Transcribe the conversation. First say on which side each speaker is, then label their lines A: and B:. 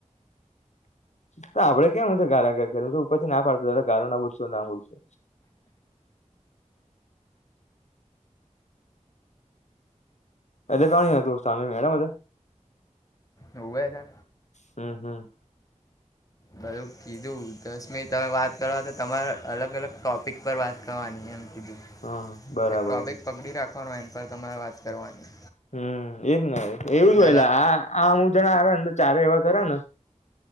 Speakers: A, on the left; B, on the left.
A: તો આપડે કેમ હતું ગારા ગ કરો ઉપરથી ના પાડતો તો ગારો ના બોલશો ના બોલશો. એટલે કોન હતું સામે મેડમ હતા.
B: હોવે હતા.
A: હમ હમ.
B: બલું કીધું દસ મિનિટ તમે વાત કરવા તો તમારા અલગ અલગ ટોપિક પર વાત કરવાની એમ કીધું
A: હા બરાબર
B: એક તો આ બેગ
A: છે
B: પગડી રાખવાનો એમ પર તમારે વાત કરવાની.
A: હમ્મ, એજ ને એવું જ
B: ને
A: હોય લા આ આ હું જણા આ ને ચારે એવા કરેને.